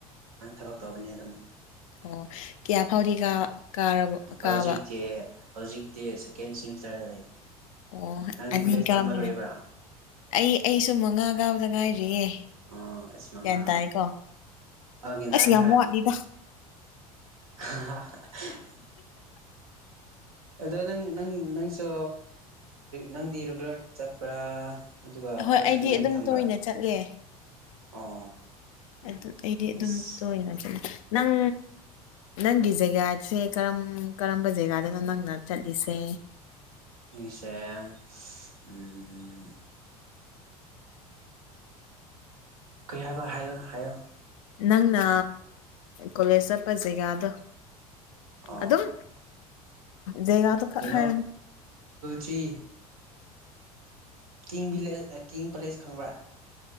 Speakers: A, on the right (about 65°); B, on the left (about 60°).
A: ꯊꯕꯛ ꯇꯧꯕꯅꯤ ꯑꯗꯨꯝ
B: ꯑꯣ ꯀꯌꯥ ꯐꯥꯎꯗꯤ ꯀꯥꯔꯕ ꯀꯥꯕ
A: ꯍꯧꯖꯤꯛꯇꯤ ꯍꯧꯖꯤꯛꯇꯤ ꯁꯦꯀꯦꯟ ꯁꯤꯦꯃꯤꯁꯇꯔꯗ ꯂꯩ
B: ꯑꯣ
A: ꯅꯪꯗꯤ
B: ꯑꯅꯤꯒꯅꯦ
A: ꯀꯣꯂꯦꯖ ꯇꯝꯕ ꯂꯣꯏꯕ꯭ꯔꯥ
B: ꯑꯩ ꯑꯩꯁꯨ ꯃꯉꯥ ꯀꯥꯕꯗ ꯉꯥꯏꯔꯤꯔꯤꯌꯦ
A: ꯑꯣ ꯑꯁ ꯃꯉꯥ
B: ꯒ꯭ꯌꯥꯟ ꯇꯥꯏꯀꯣ
A: ꯑ ꯒ꯭ꯌꯥꯟ ꯇꯥꯏ
B: ꯑꯁ ꯌꯥꯝ
A: ꯍꯣꯏ
B: ꯋꯥꯠꯂꯤꯗ
A: <inaudible> ꯑꯗꯣ ꯅꯪ ꯅꯪ ꯅꯪꯁꯨ ꯅꯪꯗꯤ ꯔꯤꯨꯒꯂꯠ ꯆꯠꯄ꯭ꯔꯥ ꯑꯗꯨꯒ
B: ꯍꯣꯏ
A: ꯀꯣꯔꯦꯁꯄꯦꯟꯗꯦꯟ
B: ꯑꯩꯗꯤ ꯑꯗꯨꯝ
A: ꯊꯝꯕ꯭ꯔꯥ
B: ꯇꯣꯏꯅ ꯆꯠꯂꯦ
A: ꯑꯣ
B: ꯑꯗꯨ ꯑꯩꯗꯤ ꯑꯗꯨꯝ
A: ꯏꯁ
B: ꯇꯣꯏꯅ ꯆꯠꯅꯤ ꯅꯪ ꯅꯪꯒꯤ ꯖꯦꯒꯥꯁꯦ ꯀꯔꯝ ꯀꯔꯝꯕ ꯖꯒꯥꯗꯅꯣ ꯅꯪꯅ ꯆꯠꯂꯤꯁꯦ
A: ꯃꯤꯌꯁꯔꯦꯟ ꯎꯝ ꯀꯩꯍꯥꯏꯕ ꯍꯥꯏꯌꯣ ꯍꯥꯏꯌꯣ
B: ꯅꯪꯅ ꯀꯣꯂꯦꯖ ꯆꯠꯄ ꯖꯒꯥꯗꯣ
A: ꯑ
B: ꯑꯗꯨꯝ ꯖꯒꯥꯗꯣ ꯈꯛ
A: ꯀꯩꯅꯣ
B: ꯍꯥꯏꯔꯝꯃꯨ
A: ꯆꯤ ꯀꯤꯡ ꯕꯤꯂꯦ ꯀꯤꯡ ꯄꯦꯂꯦꯁ ꯈꯪꯕ꯭ꯔꯥ